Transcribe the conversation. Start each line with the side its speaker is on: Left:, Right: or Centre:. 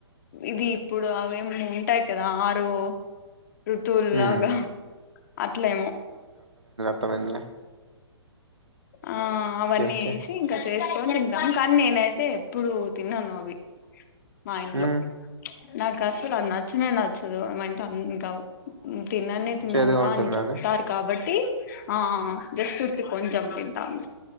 Left: ఇది ఇప్పుడు అవేం ఉంటాయి కదా ఆరు ఋతువుల్లాగా
Right: మ్మ్
Left: అట్లేమో
Right: త్తమైందిలే
Left: ఆ అవన్నీ
Right: ఓకే
Left: ఏసి ఇంకా చేసుకొని తింటాం కానీ నేనైతే ఎప్పుడు తిన్నాను అవి మా ఇంట్లో
Right: మ్మ్
Left: నాకు అసలు అది నచ్చనే నచ్చదు మా ఇంట్ <unintelligible> తిననే తినాల
Right: చేదుగా ఉంటుందా
Left: అని చెప్తారు
Right: అండి
Left: కాబట్టి తి ఆ ఆ ఆ జస్ట్ ఇటు కొంచెం తింటాం